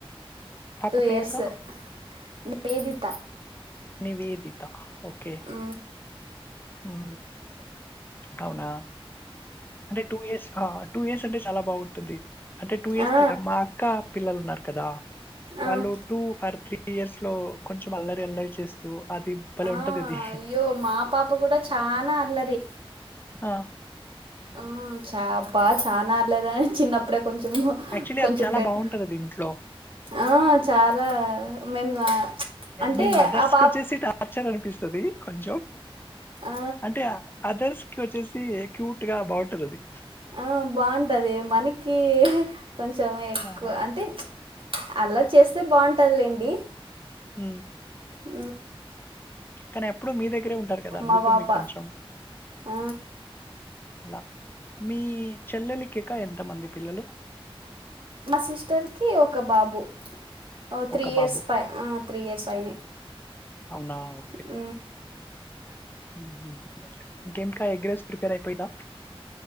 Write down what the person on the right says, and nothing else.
టూ ఇయర్స్
నే వేదిత
ఊ
ఆ,
ఆ.
ఆ,
అయ్యో మా పాప గుడ చానా అల్లరి
ఆ చా అబ్బా చానా అల్లరనే చిన్నప్పుడే కొంచ్ కొంచం
కొంచం
బెట్
ఆ చాలా మేం ఆ అంటే
ఆ పాప్
ఆ,
ఆ బావుంటదీ మనకీ ఆ కొంచం ఎక్కువ
అంటే అల్లరి చేస్తే బావుంటాద్లెండీ
ఊ
మా పాప
ఆ,
మ సిస్టర్కీ ఒక బాబు ఒ త్రీ
ఇయర్స్
పై ఆ త్రీ ఇయర్స్ అయనయ
ఊ